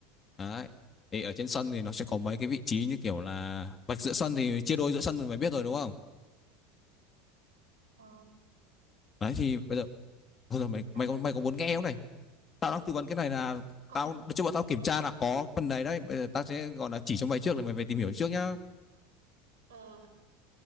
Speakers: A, on the left; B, on the right.
A: đấy thì ở trên sân thì nó sẽ có mấy cái vị trí như kiểu là vạch giữa sân thì chia đôi giữa sân thì mày biết rồi đúng không
B: Ờ.
A: đấy thì bây giờ thôi rồi mày
B: Tao
A: mày có mày có muốn nghe không này tao đang tư vấn cái này là
B: có.
A: tao cho bọn tao kiểm tra là có phần này đấy bây giờ tao sẽ gọi là chỉ cho mày trước để mày về tìm hiểu trước nhá
B: Ờ.